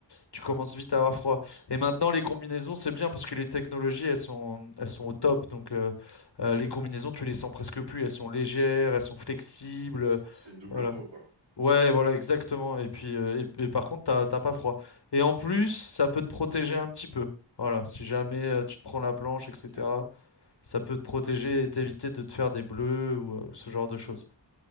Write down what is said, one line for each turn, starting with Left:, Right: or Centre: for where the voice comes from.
Left: tu commences vite à avoir froid. Et maintenant, les combinaisons, c'est bien parce que les technologies, elles sont, elles sont au top. Donc, euh, euh, les combinaisons, tu les sens presque plus. Elles sont légères, elles sont flexibles.
Right: C'est une double
Left: Voilà.
Right: peau, quoi.
Left: Ouais, voilà, exactement. Et puis, euh, et, et par contre, t'as t'as pas froid. Et en plus, ça peut te protéger un petit peu. Voilà, si jamais euh, tu te prends la planche, etc.,
Right: Ok.
Left: ça peut te protéger et t'éviter de te faire des bleus ou euh, ce genre de choses.